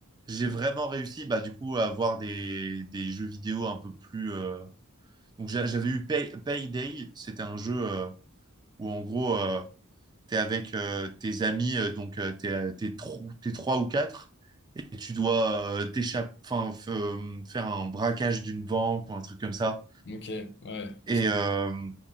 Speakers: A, on the right; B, on the left.
A: j'ai vraiment réussi, bah, du coup, à avoir des, des jeux vidéo un peu plus. euh, Donc, j'a- j'avais eu Pay- Payday. C'était un jeu euh, où, en gros, euh, tu es avec euh, tes amis, euh, donc euh, t'es, euh, t'es tro- t'es trois ou quatre, et tu dois euh, t'échapper, enfin, f- euh, faire un braquage d'une banque ou un truc comme ça.
B: Ok, ouais.
A: Et,
B: ça-
A: euh,